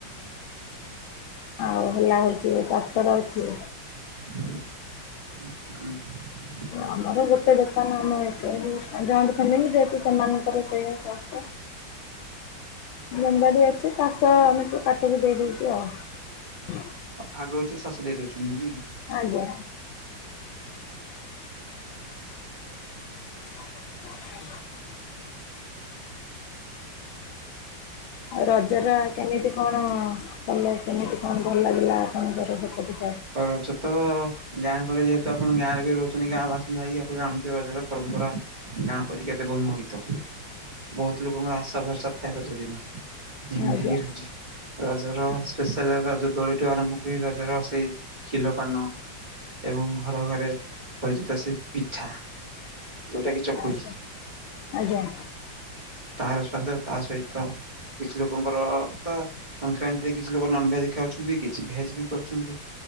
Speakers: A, on the right; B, on the left.
A: <inaudible>
B: ଆଉ ହେଲା ହେଉଛି ଟ୍ରାକ୍ଟର ଅଛି।
A: <inaudible>
B: ଆମର ଗୋଟେ ଦୋକାନ ଆମ ଏତ ଜଏଣ୍ଟ ଫ୍ୟାମିଲି। ଯେହେତୁ ସେମାନଙ୍କର ସେଇଆ ସଂସ୍ଥା। ଜମି ବାଡି ଅଛି ଚାଷ ଆମେ ସବୁ କାଟିକି ଦେଇଦଉଛି ଆଉ
A: ଆଉ ଭାଗ ହୋଉଛି ଶାଶୁ ଦେଇଦଉଛନ୍ତି ନାଇଁକି?
B: ଆଜ୍ଞା <inaudible> ଆଉ ରଜର କେମିତି କଣ କଲେ କେମିତି କଣ ଭଲ ଲାଗିଲା ଆପଣଙ୍କର ସେପଟେ
A: ରଜ ତ ଗାଁ ଗହଳି ଯେହେତୁ ଆପଣ ଗାଁରେ ବି ରହୁ ଛନ୍ତି ଗାଁ ବାସିନ୍ଦା ହେଇକି ଆପଣ ଜାଣିଥିବ ରଜର ପରମ୍ପରା ଗାଁ ପ୍ରତି କେତେ ବୋମୋହିତ। ବହୁତ ଲୋକଙ୍କର ଆଶା ଭରଷା ଥାଏ ରଜ ଦିନ। ଯେମିତି
B: ଆଜ୍ଞା
A: କିି ରଜ ରଜର ସ୍ପେଶାଲ ରଜ ଦୋଳିଠୁ ଆରମ୍ଭ କରି ରଜର ସେଇ କ୍ଷିଲପାନ ଏବଂ ଘରେ ଘରେ ପରିଚିତ ସେ ପିଠା ଯୋଉଟା କି ଚକୁଳି।
B: ଆଜ୍ଞା ଆଜ୍ଞା
A: ତାର ସ୍ଵାଦ ତା ସହିତ କିଛି ଲୋକଙ୍କର ତ ସଂକ୍ରାନ୍ତିରେ କିଛି ଲୋକ ନନଭେଜ ଖାଉ ଛନ୍ତି କିଛି ଭେଜ ବି କରୁଛନ୍ତି।